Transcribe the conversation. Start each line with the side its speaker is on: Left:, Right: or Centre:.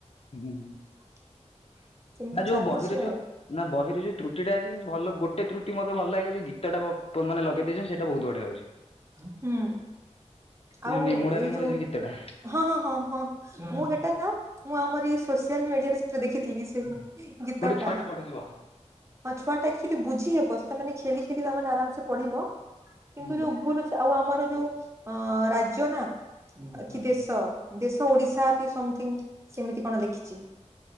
Left: ହୁଁ।
Right: <inaudible> ସେମିତି
Left: ନା ଯୋଉ
Right: ଚାଲିଛି
Left: ବହିରେ ଯୋଉ
Right: ଆଉ
Left: ନା ବହିରେ ଯୋଉ ତ୍ରୁଟିଟା ଅଛି କିନ୍ତ ଭଲ ଗୋଟେ। ଗଟ ତ୍ରୁଟି ମତେ ଭଲ ଲାଗିଲା ଯଉ ଗୀତଟା ମାନ ଲଗେଇ ଦେଇଛ ସେଟା ବହୁ ବଢିଆ ଲାଗୁଛି।
Right: ହୁଁ।
Left: ଏ
Right: ଆଉ
Left: ଯୋଉ ନିମୁଡା
Right: ଏଇ
Left: ନିମୁଡା
Right: ଯୋଉ
Left: ଗୀତଟା
Right: ହଁ ହଁ ହଁ ହଁ ମୁଁ ହେଟା ନା ମୁଁ ଆମର ଏଇ ସୋସିଆଲ ମିଡିଆରେ ଦେଖିଥିଲି ସେ ଗୀତଟା
Left: ଗୋଟେ ଛୁଆଟେ ପଢ଼ୁଥିବ।
Right: ହଁ ଛୁଆ ଟାଚ ବୁଝି ହବ ସେେ ଖେଳି ଖେ ଆରାମ ସେେ ପଡିବ କିନ୍ତୁ
Left: ହୁଁ।
Right: ଯୋଉ ଭୁଲ୍ ଅଛି ଆମର ଯୋଉ ରାଜ୍ଯ ନା
Left: ଆଜ୍ଞା।
Right: ଦେଶ କି ଓଡିଶା କି ସମଥିଙ୍ଗ ସେମିତି କଣ ଦେଖିଛି।